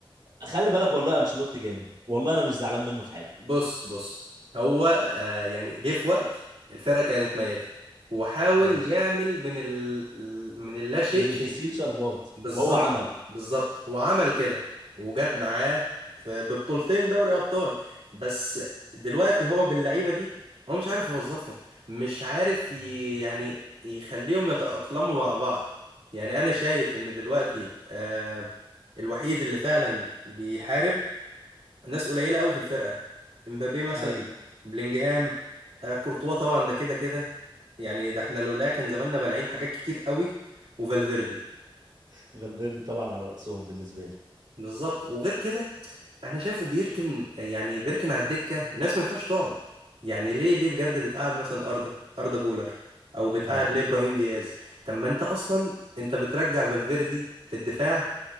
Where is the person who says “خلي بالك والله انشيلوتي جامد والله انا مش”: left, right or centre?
Right